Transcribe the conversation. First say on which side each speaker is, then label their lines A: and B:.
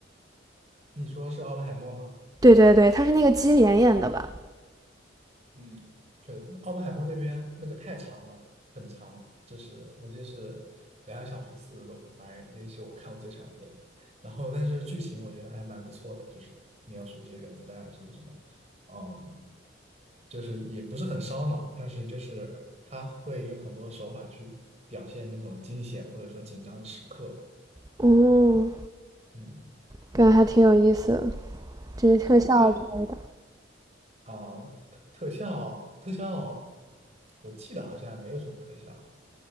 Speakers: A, on the right (about 35°); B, on the right (about 20°).
A: 你说是奥本海默吗？
B: 对对对，他是那个基连演的吧？
A: 嗯，确，实，《奥本海默那边那个太长了，很长，就是我记得是两小时四十多分，反正那是我看过最长的电影。<laughs> 然后，但是剧情我觉得还蛮不错的，就是描述一些原子弹啊什么什么，嗯，就是也不是很烧脑，但是就是他会用很多手法去表现那种惊险或者说紧张的时刻吧。
B: 哦，
A: 嗯，
B: 感觉还挺有意思的，只是特效之类的。
A: 对，可以。啊，特特效特效，我记得好像没有什么特效，